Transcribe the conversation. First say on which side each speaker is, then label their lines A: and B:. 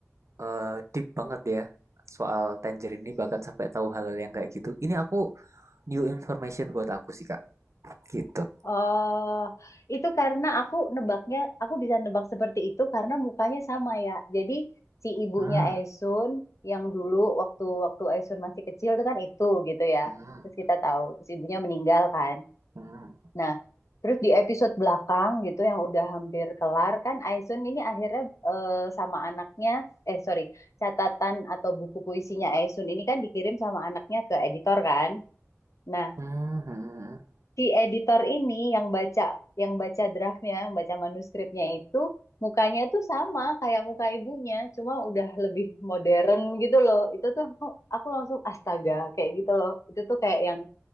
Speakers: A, on the right; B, on the left.
A: eh, deep banget ya soal Tangerine ini bahkan sampai tahu hal-hal yang kayak gitu ini aku new information buat aku sih kak gitu
B: Oh, itu karena aku nebaknya, aku bisa nebak seperti itu karena mukanya sama ya. Jadi si ibunya
A: Hmm.
B: Esun yang dulu waktu waktu Esun masih kecil itu kan itu gitu ya.
A: Hmm.
B: Terus kita tahu, terus ibunya meninggal kan.
A: Hmm.
B: Nah, terus di episode belakang gitu yang udah hampir kelar kan Aisun ini akhirnya eh, sama anaknya eh sorry catatan atau buku puisinya Aisun ini kan dikirim sama anaknya ke editor kan. Nah,
A: Mhm.
B: si editor ini yang baca yang baca draftnya, yang baca manuskripnya itu mukanya tuh sama kayak muka ibunya, cuma udah lebih modern gitu loh. Itu tuh aku, aku langsung astaga kayak gitu loh. Itu tuh kayak yang